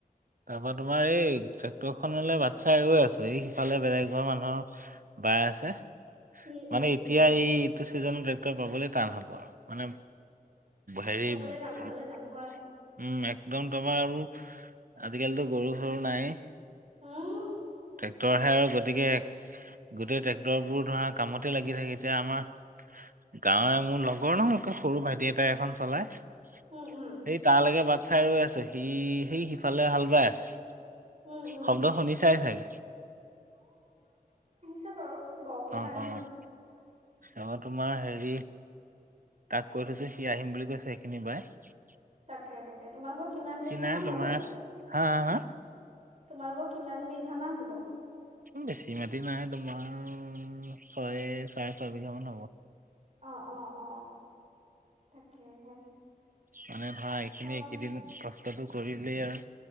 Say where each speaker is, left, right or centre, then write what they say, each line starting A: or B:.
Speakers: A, on the right (about 60°); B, on the right (about 45°).
A: তাৰ পৰাৰ তোমাৰ এই ট্ৰেক্টৰখনলৈ বাট চাই ৰৈ আছো এই সিফালে বেলেগ ঘৰ মানুহৰ বায়ে আছে।
B: উম
A: মানে
B: উম
A: এতিয়া
B: উম
A: এই এইটো চিজনত পাবলে টান হ'ব আৰু মানে হেৰি
B: পাবলৈ
A: উম,
B: টান পাবলৈ টান হয়
A: একদম তোমাৰ আৰু আজিকালিতো গৰু চৰু নাই।
B: উম
A: ট্ৰেক্টৰহে আৰু গতিকে গোটেই ট্ৰেক্টৰ বোৰৰ ধৰা কামতে লাগি থাকে এতিয়া আমাৰ গাঁৱে মোৰ লগৰ ন মোতকৈ সৰু ভাইটি এটাই এখন চলাই। সেই
B: উম উম
A: তালৈকে বাট চাই ৰৈ আছোঁ, সি সি সিফালে হাল বাই আছে।
B: উম উম
A: শব্দ শুনিচাই চাগে।
B: তেওঁ বাৰু বৰকে
A: অ'
B: নাই
A: অহ'।
B: অহা
A: অ', তোমাৰ হেৰি তাক কৈ থৈছোঁ, সি আহিম বুলি কৈছে, সেইখিনি পাই।
B: তাকে, তাকে তোমাৰ ঘৰ কিমান বিঘামান
A: নাই তোমাৰ
B: হ'ব?
A: হা হা হা
B: তোমালোকৰ কিমান বিঘামান হ'ব?
A: বেছি মাটি নাই, তোমাৰ ছয়, চাৰে ছয় বিঘামান হ'ব।
B: অ', অ', অ', তাকেহে।
A: মানে ধৰা এইখিনি,
B: অ
A: এইকেইদিন <unintelligible> কৰিলেই আৰু।